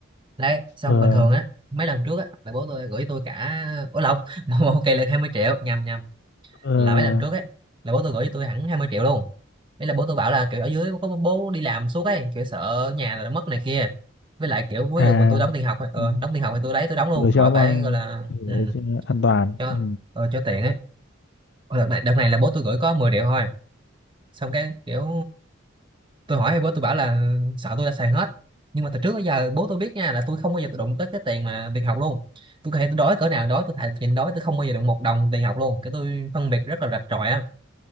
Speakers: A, on the right; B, on the left.
A: đấy xong
B: Ờ,
A: bình thường á mấy lần trước á là bố tôi gửi tôi cả ủa lộn <laughs> một, một học kỳ là 20 triệu nhầm nhầm
B: ờ,
A: là mấy lần trước ấy là bố tôi gửi tôi hẳn 20 triệu luôn đấy là bố tôi bảo là kiểu ở dưới có bố bố đi làm suốt ấy kiểu sợ nhà là mất này kia với lại kiểu với
B: à,
A: mình tôi đóng tiền học ấy. ờ,
B: ừ,
A: đóng tiền học thì tôi lấy tôi đóng luôn
B: gửi
A: khỏi
B: cho ông
A: phải
B: an,
A: gọi là
B: gửi
A: ừ,
B: cho an toàn.
A: cho
B: Ừ.
A: ờ, cho tiện ấy Ờ, đợt này đợt này là bố tôi gửi có 10 triệu thôi xong cái kiểu tôi hỏi thì bố tôi bảo là sợ tôi đã xài hết nhưng mà từ trước tới giờ bố tôi biết nha là tôi không bao giờ tôi đụng tới cái tiền mà tiền học luôn tôi có thể tôi đói cỡ nào đói tôi thà nhịn đói tôi không bao giờ đụng một đồng tiền học luôn cái tôi phân biệt rất là rạch ròi á